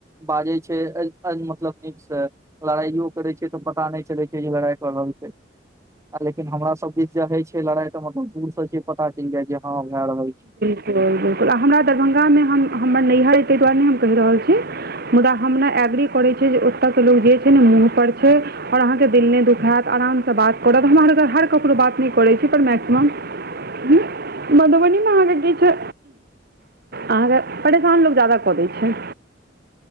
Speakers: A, on the right; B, on the right.
A: बाजै छै मतलब नीकसँ। लड़ाइयो करै छै तऽ पता नहि चलै छै, जे लड़ाइ कऽ रहल छै, आ लेकिन हमरा सब दिस चाहे छै लड़ाई तऽ मतलब दूर से छै पता चलि जाय जे, ह भए रहल छै।
B: हं बिल्कुल, आ हमरा दरभङ्ंगामे हम-हमर नैहर अइ तैऽ दुआरे हम नै कहि रहल छी। मुदा हम ने एग्री कर छियै जे, ओतऽ के लोक जे छै नै मुँह पर छै, और अहाँके दिल नै दुखाइत आरामसँ बात करत, हमरा आर केर हर ककरो बात नै करै छै, पर मैक्सिमम हूं। मधुबनी मे अहाँके किछो अहाँके परेशान लोक जादा कऽ दै छै।